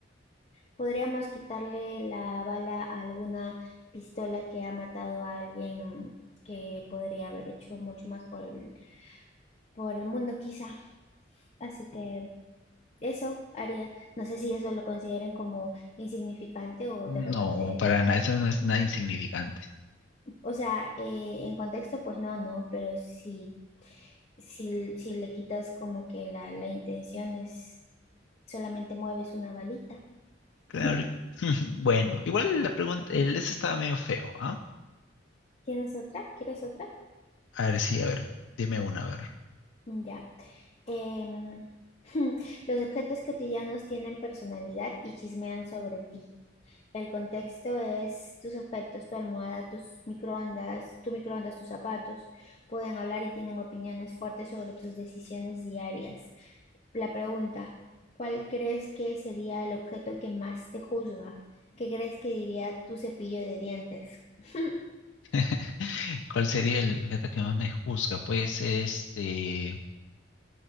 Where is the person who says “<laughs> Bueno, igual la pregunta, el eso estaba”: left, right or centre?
Left